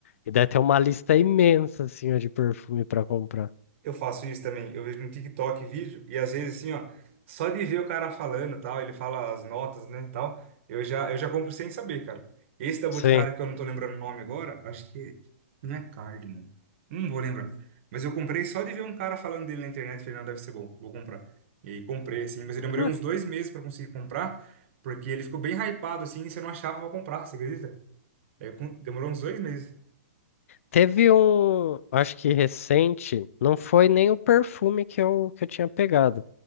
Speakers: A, on the left (about 65°); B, on the right (about 55°).
A: E daí tem uma lista imensa assim ó, de perfume para comprar.
B: Eu faço isso também. Eu vejo no TikTok vídeo e às vezes assim, ó, só de ver o cara falando, e tal, ele fala as notas, né, tal, eu já eu já compro sem saber, cara. Esse da Boticário
A: Sim.
B: que eu não tô lembrando o nome agora, acho que não é Cardamom. Não vou lembrar. Mas eu comprei só de ver um cara falando dele na internet, falei, não, deve ser bom, vou comprar. E aí comprei assim, mas eu demorei
A: Cara.
B: uns dois meses pra conseguir comprar, porque ele ficou bem hypado assim, e você não achava pra comprar, você acredita? Aí eu com- demorou uns dois meses.
A: Teve um, acho que recente, não foi nem o perfume que eu, que eu tinha pegado,